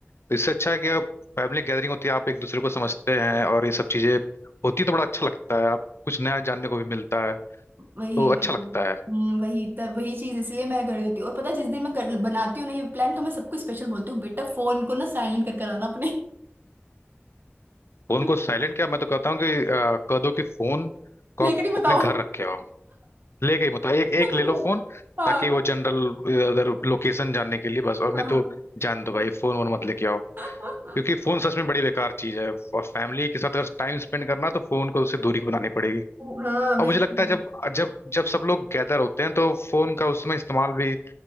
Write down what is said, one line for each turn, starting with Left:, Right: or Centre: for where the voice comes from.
Left: तो इससे अच्छा है कि आप फैमिली गैदरिंग होती है आप एक दूसरे को समझते हैं और ये सब चीजें होती है तो बड़ा अच्छा लगता है आप कुछ नया जानने को भी मिलता है
Right: वही
Left: तो
Right: वही
Left: अच्छा लगता है
Right: हम्म, वही तब वही चीज इसलिए मैं कर देती हूँ और पता है जिस दिन मैं कर, बनाती हूँ ना ये प्लान तो मैं सबको स्पेशल बोलती हूँ बेटा फोन को ना साइलेंट कर कर आना अपने
Left: फोन
Right: <laughs>
Left: को साइलेंट क्या मैं तो कहता हूँ कि अ, कह दो कि फोन को
Right: लेकर
Left: आप
Right: ही
Left: अपने
Right: बताओ
Left: घर रखे
Right: <laughs>
Left: हो लेके ही मतलब एक एक
Right: लेकर
Left: ले
Right: ही
Left: लो
Right: बताओ
Left: फोन
Right: हाँ
Left: ताकि वो जनरल इधर लोकेशन जानने के लिए बस और नहीं
Right: हाँ हाँ
Left: तो जान दो भाई फोन वोन मत लेके आओ
Right: <laughs>
Left: क्योंकि फोन सच में बड़ी बेकार चीज है और फैमिली के साथ अगर टाइम स्पेंड करना है तो फोन को उससे दूरी बनानी पड़ेगी
Right: ओ, हाँ, बिल्कुल
Left: और मुझे लगता है जब जब जब सब लोग गैदर होते हैं तो फोन का उसमें इस्तेमाल भी